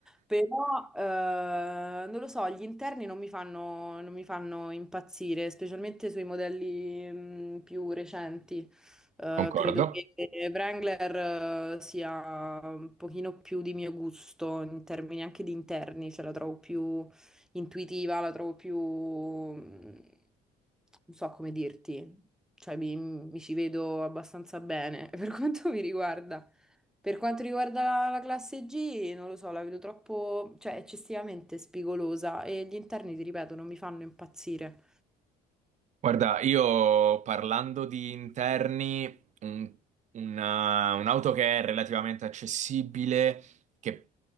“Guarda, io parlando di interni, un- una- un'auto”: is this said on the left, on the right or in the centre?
Right